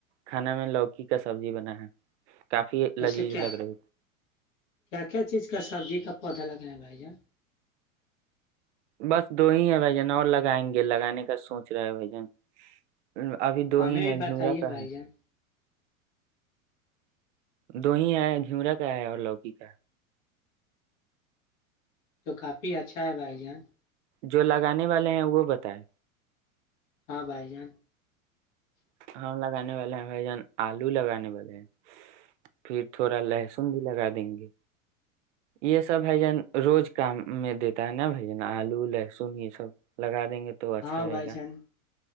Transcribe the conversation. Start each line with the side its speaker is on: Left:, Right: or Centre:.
Right: کھانا میں لوکی کا سبزی بنا ہے کافی
Left: ویسے
Right: لذیذ
Left: کیا
Right: لگ رہی
Left: کیا کیا چیز کا سبزی کا پودا لگانا بھائی <inaudible>
Right: بس دو ہی ہے بھ جن اور لگائیں گے لگانے کا سوچ رہا ہے بھائی جان ابھی دو
Left: ہمیں
Right: ہی
Left: بھی
Right: ہے
Left: بتائیے
Right: گھیورا کا
Left: بھائی جان
Right: دو ہی ہے جمرا کا ہے اور لوکی کا
Left: تو کافی اچھا ہے بھائی جان
Right: جو لگانے والے ہیں وہ بتائے
Left: ہاں بھائی جان
Right: ہاں لگانے والے ہیں بھائی جان آلو لگانے والے ہیں پھر تھوڑا لہسن بھی لگا دیں گے یہ سب بھائی جان روز کام میں دیتا ہے نا بھائی جان آلو لہسن یہ سب لگا دیں گے تو اچھا
Left: ہاں
Right: رہے
Left: بھائی
Right: گا
Left: جان